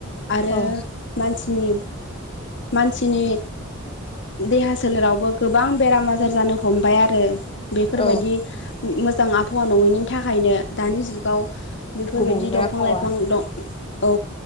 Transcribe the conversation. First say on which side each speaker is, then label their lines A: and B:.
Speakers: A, on the left (about 60°); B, on the left (about 25°).
A: आरो
B: औ
A: मानसिनि मानसिनि देहा सोलेरावबो गोबां बेराम आजार जानो हमबाय आरो बेफोरबायदि
B: औ
A: मोजां आबहावा नङैनि थाखायनो दानि जुगाव बेफोरबायदि
B: गुबुंले
A: दंफां
B: आबहावा
A: लाइफां दं औ